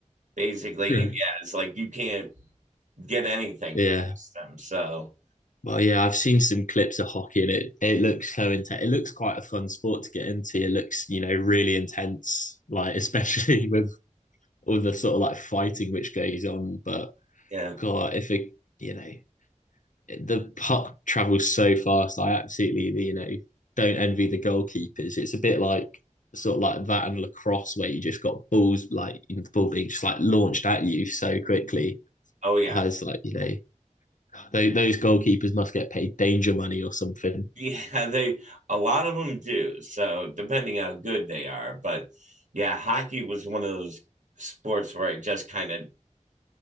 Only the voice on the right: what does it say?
Basically,
yeah, it's like you can't get anything
past them. So
yeah,
oh yeah,
<laughs> yeah. They a lot of them do. So depending how good they are, but yeah, hockey was one of those sports where I just kind of